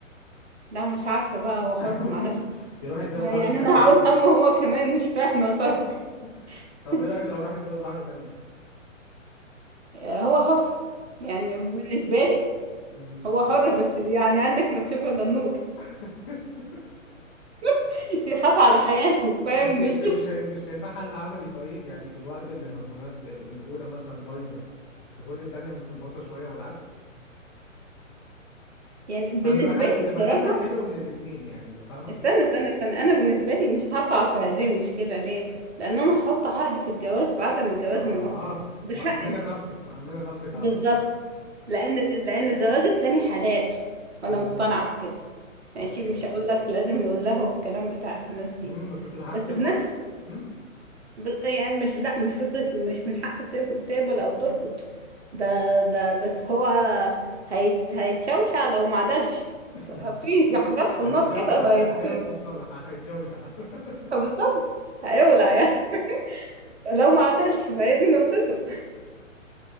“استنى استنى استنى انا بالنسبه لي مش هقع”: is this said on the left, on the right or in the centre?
Right